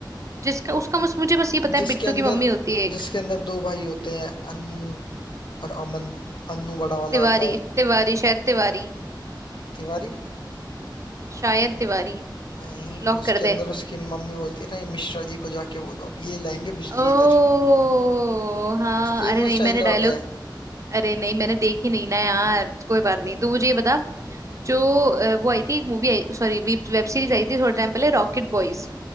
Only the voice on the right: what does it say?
जिसका उसका मुझ, मुझे बस ये पता
है बिट्टू
की मम्मी होती है
एक
तिवारी
तिवारी शायद तिवारी
शायद तिवारी
लॉक
कर
दे
ओ
हाँ
अरे नहीं
मैंने डायलॉग
अरे नहीं मैंने देखी नहीं ना यार कोई बात नहीं तू मुझे ये बता जो अ, वो आई थी मूवी आई सॉरी वेब सीरीज आई थी थोड़े टाइम पहले रॉकेट बॉयज